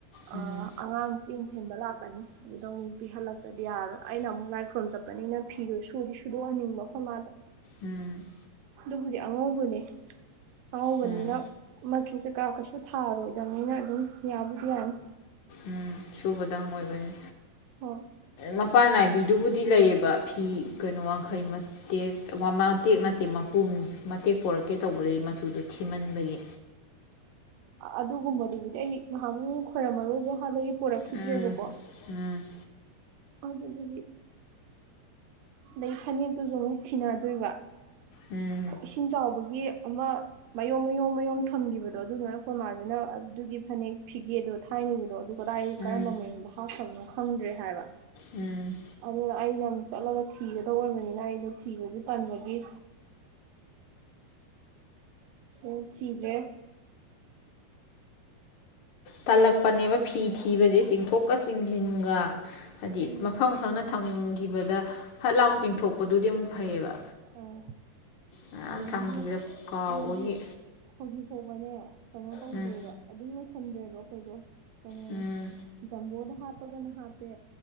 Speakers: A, on the left; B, on the right.
A: ꯎꯝ
B: ꯑ ꯑꯉꯥꯡ ꯆꯦꯡ ꯊꯦꯟꯕ ꯂꯥꯛꯀꯅꯤ ꯑꯗꯨꯗ ꯑꯃꯨꯛ ꯄꯤꯍꯜꯂꯛ ꯑꯗꯨꯗꯤ ꯌꯥꯔꯣꯏ ꯑꯩꯅ ꯑꯃꯨꯛ ꯂꯥꯏꯈ꯭ꯔꯣꯝ ꯆꯠꯄꯅꯤꯅ ꯐꯤꯗꯣ ꯁꯨꯗꯤ ꯁꯨꯗꯣꯛꯍꯟꯅꯤꯡꯕ ꯑꯩꯈꯣꯏ ꯃꯥꯗ
A: ꯎꯝ
B: ꯑꯗꯨꯕꯨꯗꯤ ꯑꯉꯧꯕꯅꯦ ꯑꯉꯥꯎꯕꯅꯤꯅ
A: ꯎꯝ
B: ꯃꯆꯨ ꯀꯩꯀꯥ ꯀꯩꯁꯨ ꯊꯥꯔꯣꯏꯗꯕꯅꯤꯅ ꯑꯗꯨꯝ ꯌꯥꯕꯨꯗꯤ ꯌꯥꯅꯤ
A: ꯎꯝ ꯁꯨꯕꯗꯪ ꯑꯣꯏꯕꯅꯤ
B: ꯍꯣꯏ
A: ꯃꯄ ꯅꯥꯏꯕꯤ ꯗꯨꯕꯨꯗꯤ ꯂꯩꯌꯦꯕ ꯐꯤ ꯀꯩꯅꯣ ꯋꯥꯡꯈꯩ ꯃꯇꯦꯛ ꯃꯇꯦꯛ ꯅꯠꯇꯦ ꯃꯄꯨꯝꯅꯤ ꯃꯇꯦꯛ ꯄꯣꯔꯛꯀꯦ ꯇꯧꯕꯗꯩ ꯃꯆꯨꯗꯨ ꯊꯤꯃꯟꯕꯒꯤ
B: ꯑ ꯑꯗꯨꯒꯨꯝꯕ ꯗꯨꯕꯨꯗꯤ ꯑꯩ ꯉꯍꯥꯛ ꯃꯨꯛ ꯈꯣꯏꯔꯝꯃꯔꯣꯏꯒ‌ꯦ ꯍꯥꯏꯕꯒꯤ ꯄꯣꯔꯛꯈꯤꯗ꯭ꯔꯦꯕꯀꯣ
A: ꯎꯝ ꯎꯝ
B: ꯑꯗꯨꯗꯨꯒꯤ ꯑꯗꯩ ꯐꯅꯦꯛꯇꯨꯖꯨ ꯑꯃꯨꯛ ꯊꯤꯅꯗꯣꯏꯕ
A: ꯎꯝ
B: ꯏꯁꯤꯡ ꯆꯥꯎꯕꯒꯤ ꯑꯃ ꯃꯌ‌ꯣꯝ ꯃꯌꯣꯝ ꯃꯌꯣꯝ ꯊꯝꯈꯤꯕꯗꯣ ꯑꯗꯨꯅ ꯀꯣꯏꯃꯥꯁꯤꯅ ꯑꯗꯨꯒꯤ ꯐꯅꯦꯛ ꯐꯤꯒꯦꯗꯣ ꯊꯥꯏꯅꯒꯤꯗꯣ ꯑꯗꯨ ꯀꯗꯥꯏ ꯀꯔꯝꯕ
A: ꯎꯝ ꯎꯝ
B: ꯃꯌꯨꯝꯗ ꯍꯥꯞꯈꯕꯅꯣ ꯈꯪꯗ꯭ꯔꯦ ꯍꯥꯏꯕ
A: ꯎꯝ
B: ꯑꯗꯨꯅ ꯑꯩꯅ ꯑꯃꯨꯛ ꯆꯠꯂꯒ ꯊꯤꯒꯗ ꯑꯣꯏꯕꯅꯤꯅ ꯑꯩꯗꯣ ꯊꯤꯕꯁꯨ ꯇꯟꯕꯒꯤ ꯑꯝ ꯊꯤꯗꯔ‌ꯦ
A: ꯇꯜꯂꯛꯄꯅꯦꯕ ꯐꯤ ꯊꯤꯕꯁꯦ ꯆꯤꯡꯊꯣꯛꯀ ꯆꯤꯡꯁꯤꯟꯒ ꯍꯥꯏꯗꯤ
B: ꯆꯨꯝꯃꯦ
A: ꯃꯐꯝ ꯈꯪꯅ ꯊꯝꯈꯤꯕꯗ ꯐꯠ ꯂꯥꯎ ꯆꯤꯡꯊꯣꯛꯄꯗꯨꯗꯤ ꯑꯃꯨꯛ ꯐꯩꯌꯦꯕ
B: ꯑꯥꯎ
A: ꯃꯌꯥꯝ
B: ꯑꯗꯒꯤꯗꯤ
A: ꯊꯝꯈꯤꯕꯗ ꯀꯥꯎꯕꯒꯤ
B: ꯍꯥꯏꯗꯤ ꯍꯧꯖꯤꯛ ꯐꯥꯎꯕꯅꯦ ꯀꯩꯅꯣ ꯇꯧꯗ꯭ꯔꯦꯕ
A: ꯎꯝ
B: ꯑꯗꯨꯝ ꯂꯣꯏꯁꯟꯗꯦꯕ ꯑꯩꯈꯣꯏꯗꯣ ꯀꯩꯅꯣꯅꯦ
A: ꯎꯝ
B: ꯖꯝꯕꯣꯗ ꯍꯥꯞꯄꯒꯅ ꯍꯥꯞꯄꯦ